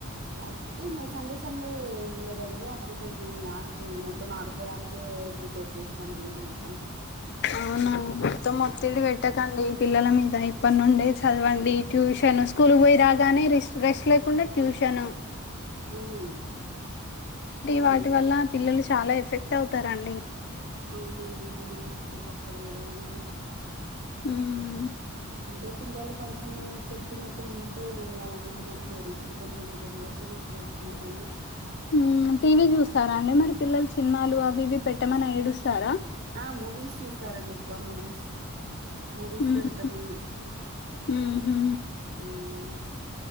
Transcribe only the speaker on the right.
కాకపోతే ఇ సండే సండే ఉండదండి అప్పుడు కొంచెం ఆశ మొత్తం మొత్తం ఆడుకోవడానికి ప్రిపేర్ చేస్తామండి మొత్తం
అవును
అవునుండి ఇ మరి ఇ తప్పదు కాదాండి
అంటే పిల్లలు కొంచెం చెప్పినట్టు వింటే ఏం కాదండి వినట్లేదు ఇప్పుడు కొంచెం జనరేషన్ ఇప్పుడు ఎట్లుందండి
ఆ మూవీస్ చూస్తారండి ఎక్కువ మూవీస్ మూవీస్
పెడుతనేను
హ్మ్మ్